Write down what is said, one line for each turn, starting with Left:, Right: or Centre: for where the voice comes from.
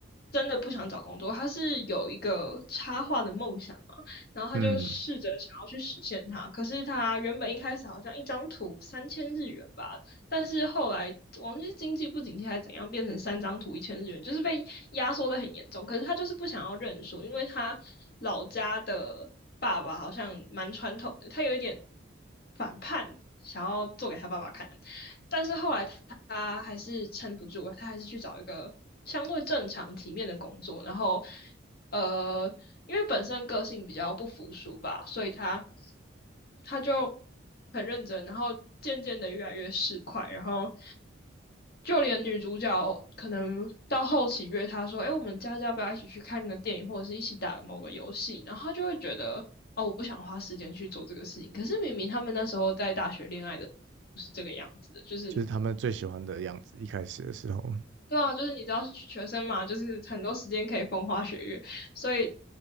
Left: 真的不想找工作，他是有一个插画的梦想嘛，然后他就试着想要去实现它。
Right: 嗯，
Left: 可是他原本一开始好像一张图三千日元吧，但是后来忘记是经济不景气还是怎样，变成三张图一千日元，就是被压缩的很严重。可是他就是不想要认输，因为他老家的爸爸好像蛮传统的，他有一点反叛，想要做给他爸爸看。但是后来他还是撑不住，他还是去找一个相对正常体面的工作，然后呃，因为本身个性比较不服输吧，所以他他就很认真，然后渐渐的越来越市侩，然后就连女主角可能到后期约他说：“哎，我们家要不要一起去看个电影，或者是一起打个某个游戏？”然后他就会觉得：“哦，我不想花时间去做这个事情。”可是明明他们那时候在大学恋爱的不是这个样子的，就是。
Right: 就是他们最喜欢的样子，一开始的时候，
Left: 对啊，就是你知道学生嘛，就是很多时间可以风花雪月，所以